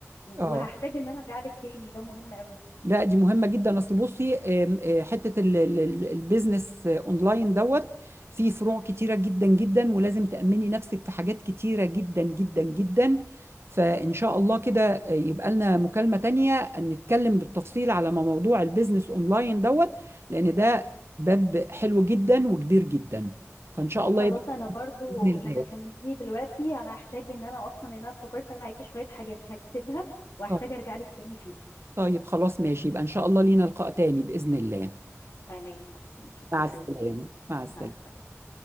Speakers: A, on the left (about 85°); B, on the right (about 55°).
A: وهحتاج
B: اه
A: ان انا ارجع لك تاني ده مهم قوي
B: لا دي مهمه جدا اصل بصي آم، آه، حته ال- ال- ال- البيزنس آه، اونلاين دوت فيه فروع كتيره جدا جدا ولازم تامني نفسك في حاجات كتيره جدا جدا جدا فان شاء الله كده آه، يبقى لنا مكالمه تانية نتكلم بالتفصيل على موضوع البيزنس اونلاين دوت لان ده باب حلو جدا وكبير جدا فان شاء الله
A: خلاص
B: يبقى
A: انا برضو
B: باذن
A: لما
B: الله
A: كلمتيني دلوقتي انا هحتاج ان انا اصلا ان انا افتكرت معاكي شوية حاجات هكتبها وهحتاج
B: آه،
A: ارجع لك تاني فيها
B: طيب خلاص ماشي يبقى ان شاء الله لينا لقاء تاني باذن الله
A: تمام خلاص متشكرة
B: مع السلامة
A: قوي
B: مع السلامة
A: مع السلامة